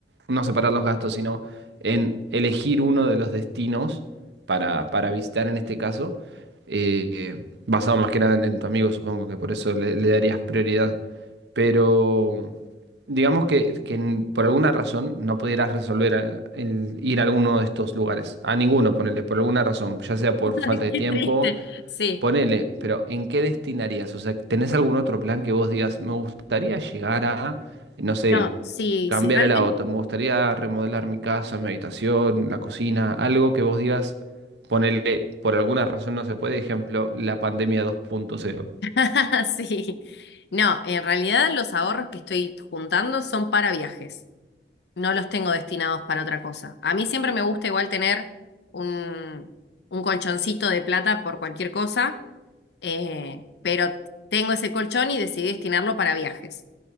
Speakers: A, on the right; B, on the left.
A: no separar los gastos, sino en elegir uno de los destinos para, para visitar en este caso, eh, basado más que nada en, en tu amigo, supongo que por eso le, le darías prioridad. Pero digamos que, que en- por alguna razón no pudieras resolver eh, el ir a alguno de estos lugares, a ninguno, ponerle por alguna razón, ya sea
B: <laughs>
A: por falta de
B: Qué
A: tiempo
B: triste. Sí.
A: Ponele, pero ¿en qué destinarías? O sea, ¿tenés algún otro plan que vos digas, me gustaría llegar a, no sé,
B: No, sí,
A: cambiar
B: sí, realmente.
A: el auto, me gustaría remodelar mi casa, mi habitación, la cocina, algo que vos digas, ponele, por alguna razón no se puede, ejemplo, la pandemia dos punto cero.
B: <laughs> Sí. No, en realidad los ahorros que estoy juntando son para viajes. No los tengo destinados para otra cosa. A mí siempre me gusta igual tener un, un colchoncito de plata por cualquier cosa, eh, pero tengo ese colchón y decidí destinarlo para viajes.